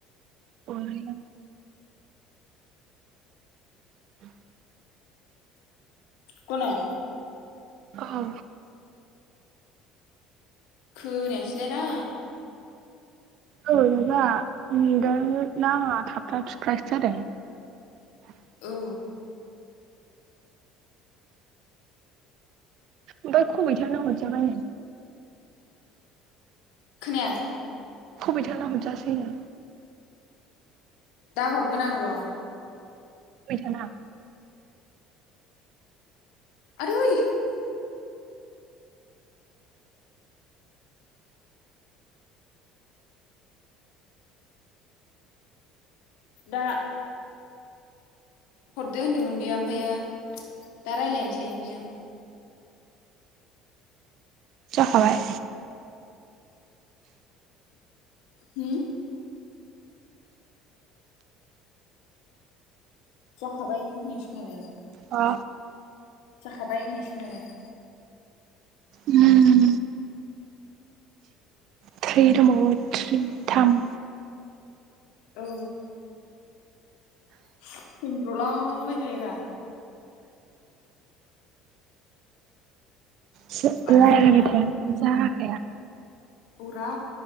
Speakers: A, on the right; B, on the left.
A: ओरैनो <inaudible>
B: गन'
A: औ
B: खोनायासैलाय रा
A: औ जाआ नेदा नो नाङा थाबथा थुबथासो जादों।
B: औ
A: ओमफाय खबिथाना हरजाबाय नो
B: खोनाया
A: खबिथा ना हदजासैनो।
B: दा हरगोन आं र'।
A: <unintelligible>
B: आदै दा हरदो होनदोंमोन बियो ओमफ्रायो दा रायलायनोसै बिजों
A: जाखाबाय?
B: हो? जाखाबाय होननायसो खोनाबाय आं।
A: अ।
B: जाखाबाय होनायसो खोनाबाय आं।
A: उम। थ्रि दंबावो थ्रि थाम।
B: औ होनब्र'लाबायखायो रा।
A: सो
B: आदि
A: रायलायबाय
B: आदि
A: थाया नालाय जाखाया।
B: अरा